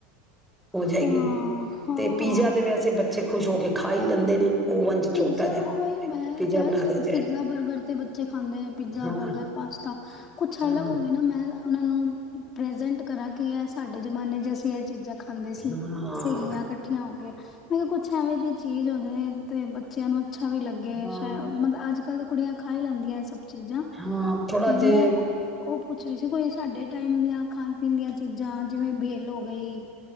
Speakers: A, in the centre; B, on the left.
A: ਹੋ ਜਾਏਗੀ
B: ਹਾਂ ਹਾਂ-ਹਾਂ
A: ਤੇ ਪੀਜ਼ਾ ਦੇ ਵੈਸੇ ਬੱਚੇ ਖੁਸ਼ ਹੋ ਕੇ ਖਾ ਹੀ ਲੈਂਦੇ ਨੇ ਓਵਨ ਚ
B: ਪੀਜ਼ਾ
A: ਛੋਟਾ ਜਿਹਾ
B: ਉਹੀ ਮੈਂ
A: ਪੀਜ਼ਾ
B: ਕਿਆ
A: ਬਣਾ
B: ਚਲੋ
A: ਦਿਆ ਜਾਏ
B: ਪੀਜ਼ਾ ਬਰਗਰ ਤੇ ਬੱਚੇ ਖਾਂਦੇ ਨੇ। ਪੀਜ਼ਾ,
A: ਹਾਂ
B: ਬਰਗਰ, ਪਾਸਤਾ ਕੁਛ
A: ਹਾਂ
B: ਅਲਗ ਹੋਜੇ ਨਾ। ਮੈਂ ਉਨਾਂ ਨੂੰ ਪ੍ਰੈਜੈਂਟ ਕਰਾਂ। ਕੀ ਐ ਸਾਡੇ ਜ਼ਮਾਨੇ ਚ ਅਸੀਂ ਇਹ ਚੀਜ਼ਾਂ- ਖਾਂਦੇ ਸੀ
A: ਹਾਂ
B: ਸਹੇਲੀਆਂ ਇਕੱਠੀਆਂ ਹੋ ਕੇ। ਹੁਣ ਕੁਛ ਐਵੇਂ ਦੀ ਚੀਜ਼ ਹੋਜੇ। ਤੇ ਬੱਚਿਆਂ ਨੂੰ- ਅੱਛਾ ਵੀ ਲੱਗੇ
A: ਹਾਂ
B: ਸ਼ਾਇ ਮਤਬ ਅੱਜ ਕੱਲ੍ਹ- ਕੁੜੀਆਂ ਖਾ ਈ ਲੈਂਦੀਆਂ ਸਭ। ਚੀਜ਼ਾਂ
A: ਹਾਂ ਥੋੜਾ
B: -ਤੇ ਮੈਂ
A: ਜੇ
B: ਉਹ ਪੁੱਛ ਰਹੀ ਜੇ ਕੋਈ ਸਾਡੇ ਟਾਈਮ ਦੀਆਂ ਖਾਣ ਪੀਣ ਦੀਆਂ ਚੀਜ਼ਾਂ। ਜਿਵੇਂ ਬੇਲ ਹੋ ਗਈ।